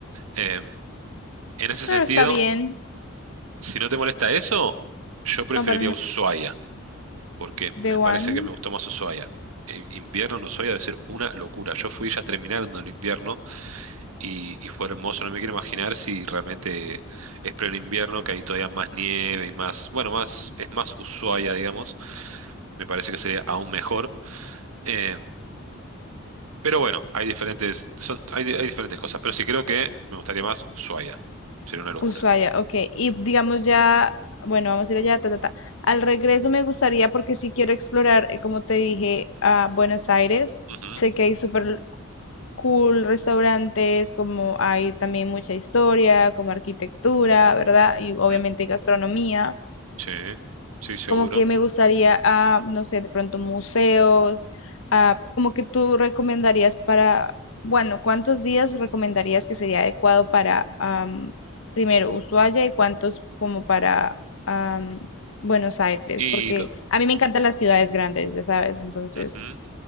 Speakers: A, on the right; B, on the left.
A: Eh, en ese
B: Ah,
A: sentido,
B: está bien.
A: Si no te molesta eso, yo preferiría
B: No, para nada.
A: Ushuaia, porque
B: The
A: me parece
B: One.
A: que me gustó más Ushuaia. El invierno en Ushuaia debe ser una locura. Yo fui ya terminando el invierno y, y fue hermoso. No me quiero imaginar si realmente es pleno invierno, que hay todavía más nieve y más, bueno, más, es más Ushuaia, digamos. Me parece que sería aún mejor. Eh, pero bueno, hay diferentes, son- hay, hay diferentes cosas. Pero sí creo que me gustaría más Ushuaia. Sería una locura.
B: Ushuaia, ok. Y digamos ya, bueno, vamos a ir allá, ta, ta, ta. Al regreso me gustaría, porque sí quiero explorar, eh, como te dije, a Buenos Aires.
A: Ujú,
B: Sé que hay súper cool restaurantes, como hay también mucha historia, como arquitectura, ¿verdad? Y obviamente
A: ujú.
B: gastronomía.
A: Sí, sí, seguro.
B: Como que me gustaría a, no sé, de pronto museos, a, como que tú recomendarías para, bueno, ¿cuántos días recomendarías que sería adecuado para, am, primero, Ushuaia y cuántos como para am, Buenos Aires?
A: Y
B: Porque
A: lo-
B: a mí me encantan las ciudades grandes, ya sabes, entonces,
A: Ujú.